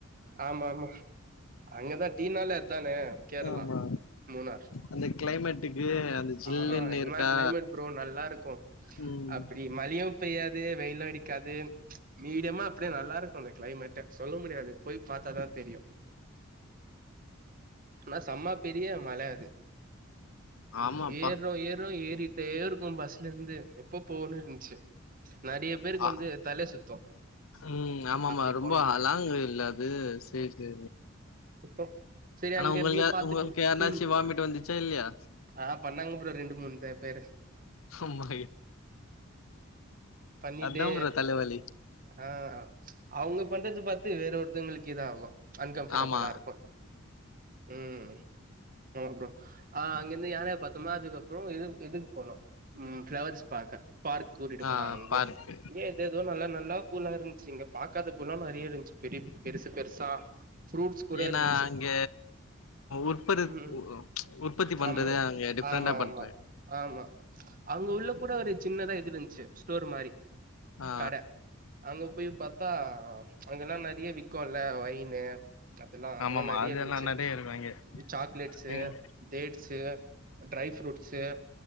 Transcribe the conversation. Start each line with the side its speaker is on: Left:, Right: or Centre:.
Right: ஆமா ஆமா அங்கதா டீனாலே அதானே கேரளா
Left: ஆமா
Right: மூணார்
Left: அந்த கிளைமேட்டுக்கு அந்த ஜில்லுன்னு
Right: ஆஹ் ஆஹ் என்னா
Left: இருக்கா
Right: கிளைமேட் ப்ரோ நல்லா இருக்கு
Left: ம்
Right: அப்டி மழியுத் பெய்யாது வெயிலு அடிக் க்காது மீடியமா அப்டியே நல்லா இருக்கு அந்த கிளைமெட்டே சொல்ல முடியாது போய் பாத்தாதா தெரியு ஆனா செம்மா பெரிய மல அது
Left: ஆமாப்பா
Right: ஏர்றோ ஏர்றோ ஏறிட்டேருக் உம் பஸ்ஸுருந்து எப்போ போன்னுருந்ச்சு நெறய பேருக்கு
Left: ஆ
Right: வந்து தல சுத்து
Left: ம் ஆமாமா
Right: அப்டி
Left: ரொம்ப
Right: போனா
Left: லாங் இல்ல அது சேரி சேரி
Right: சுத்தோ செரி
Left: ஆனா
Right: அங்க
Left: உங்களுக்கு
Right: இருந்து
Left: யா
Right: பாத்துட்டோ
Left: உங்களுக்கு யாருனாச்சு
Right: உம்
Left: வாமிட் வந்துச்சா இல்லையா
Right: ஆஹ் பண்ணாங்க ப்ரோ ரெண்டு மூணு பே பேரு
Left: ஆமா
Right: பண்ணிட்டு
Left: அதா ப்ரோ தலைவலி
Right: ஆஹ் அவ்ங்க பண்றது பாத் வேற ஒருத்தவங்களுக்கு இத ஆகும் அன்கம்ஃபர்டபிளா
Left: ஆமா
Right: இருக்கும் உஹம் ஆமா ப்ரோ ஆஹ் அங்கிருந்து யானையை பார்த்தோம்மா அதுக்கப்புறம் இது இதுக்கு போனோம் உம் பிளவர்ஸ் பாக்க பார்க் கூட்டிட்டு
Left: ஆ
Right: போனாங்கங்க
Left: பார்க்கு
Right: எதோ எதோ நல்லா நல்லா பூலா இருந்துச்சுங்க பாகத பூலாம் நிறைய இருந்துச்ச பெ பெருசு பெருசா ப்ரூட்ஸ் கூட
Left: ஏன்னா
Right: இருந்துச்சு
Left: அங்க உற்பரு
Right: உம்
Left: உற்பத்தி பண்றது
Right: ஆமா
Left: அங்க டிஃப்ரெண்டா
Right: ஆமா
Left: பண்றாங்க
Right: ஆமா ஆமா அங்க உள்ள கூட ஒரு சின்தா எதுல ஸ்டோர் மாதிரி
Left: ஆ
Right: கடை அங்க போ போய் பார்த்தா அங்கெல்லாம் ந இருக்கல்ல ஓயினு அதெல்லாம் அதெல்லாம்
Left: ஆமாமா
Right: நிறைய
Left: அதெல்லா
Right: இருந்துச்சு
Left: நெறைய இருக்கு அங்க
Right: சாக்லேட்ஸு
Left: ம்
Right: தேட்ஸு ட்ரை ஃப்ரூட்ஸு